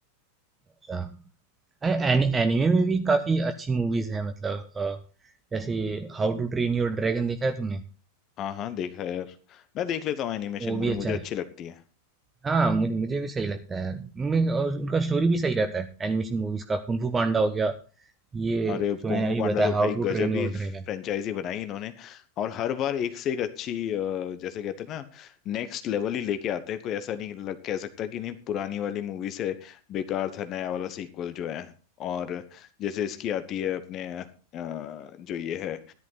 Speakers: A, on the right; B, on the left.
A: अच्छा एन, एनिमे में भी काफी अच्छी मूवीज हैं मतलब अ, जैसे How to Train Your Dragon देखा है तुमने
B: हाँ हाँ देखा है यार मैं देख लेता हूँ एनिमेशन
A: वो
B: मूवी
A: भी अच्छा
B: मुझे
A: है
B: अच्छी लगती है
A: हाँ मुझे मुझे भी सही लगता है मैं और उनका स्टोरी भी सही रहता है एनिमेशन मूवीज का कुंफू पांडा हो गया ये
B: अरे
A: जो
B: कुंग
A: मैंने
B: फू
A: अभी
B: पांडा
A: बताया
B: तो
A: How
B: भाई
A: to
B: गजब
A: Train Your
B: ही
A: Dragon
B: फ्रेंचाइजी बनाई इन्होंने और हर बार एक से एक अच्छी अ, जैसे कहते हैं ना नेक्स्ट लेवल ही लेके आते हैं कोई ऐसा नहीं लग, कह सकता कि नहीं पुरानी वाली मूवी से बेकार था नया वाला सीक्वल जो है और जैसे इसकी आती है अपने अ, जो ये है